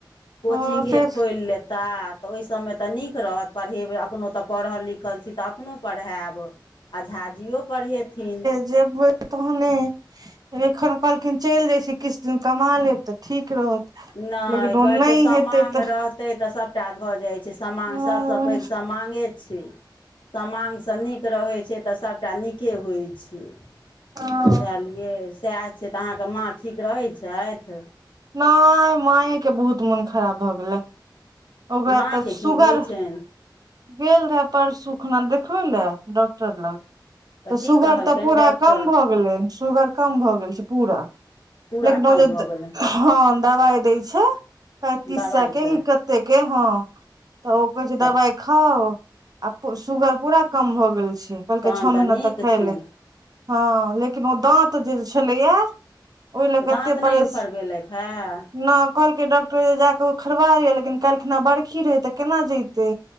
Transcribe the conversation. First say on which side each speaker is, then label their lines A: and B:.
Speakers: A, on the left; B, on the right.
A: कोचिगे
B: हँ से
A: खोलि लेता तऽ ओहि सभमे तऽ नीक रहत पढ़ेबै अपनो तऽ पढ़ल लिखल छी तऽ अपनो पढ़ायब। आ झाजियो परहेथिन
B: जेब तहने एखन कहलखिन चैल जाइ छी किछ दिन कमा लेब तऽ ठीक रहत।
A: नहि
B: लेकिन ओ
A: कहै
B: नहि
A: छै समांग
B: हेतै तऽ
A: रहतै तऽ सभटा भऽ जाए छै। समांग
B: हँ
A: सभसँ पैघ समांगे छै समांग सँ नीक रहै छै तऽ सभ टा नीके होइ छै <inaudible>
B: हँ
A: बुझलियै। सै छै अहाँकेँ माँ ठीक रहै छैथ
B: नहि माँए कऽ बहुत मोन खराब भए गेले। ओकरा
A: माँके
B: तऽ सुुगर
A: की होइ
B: <inaudible>
A: छनि
B: गेल रेहा परसू खना देखबै लए डॉक्टर लग तऽ
A: की
B: सुगर
A: कहलकनि
B: तऽ पूरा
A: डॉक्टर
B: कम भऽ गेलै सुगर कम भऽ गेल छै पूरा
A: पूरा
B: लेकिन ओ
A: कम
B: जे
A: भऽ गेलनि
B: <inaudible> हँ दबाई दै छै पैंतीस
A: दबाइपर
B: सए केँ तऽ ते केँ हँ <inaudible> तऽ ओ कह छै
A: तऽ
B: दबाइ खाऊ आ सुगर पूरा कम भऽ गेल छै कहलकै
A: तहन
B: छह
A: तऽ
B: महीना
A: नीक
B: तक खएले
A: छनि
B: हँ लेकिन ओ दाँत जे छलैया ओहि
A: तऽ
B: लए कतेक
A: दाँत
B: परेश
A: नहि उफरबेलथि हेँ
B: न कहलकै डॉक्टर जे जाक ओखरबाै लिए लेकिन काइल खेना बरखी रहै तऽ केना जैतै।